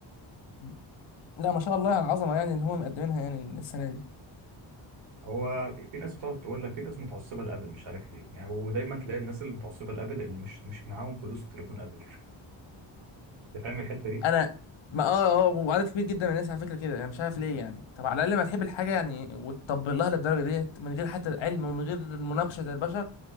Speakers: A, on the left; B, on the right.
A: مم. لا ما شاء الله على العظمة يعني ان هم مقدمينها يعني السنة دي
B: هو في ناس بتقعد تقول لك في ناس متعصبه لابل مش عارف ليه يعني ودايما تلاقي الناس اللي متعصبه لابل اللي مش مش معاهم فلوس تليفون ابل <laughs> انت فاهم الحته دي
A: انا ما اه اه وعدد كبير جدا من الناس على فكرة كده انا مش عارف ليه يعني طب على الاقل ما تحب الحاجة يعني وتطبل لها للدرجة ديت من غير حتى علم ومن غير مناقشة البشر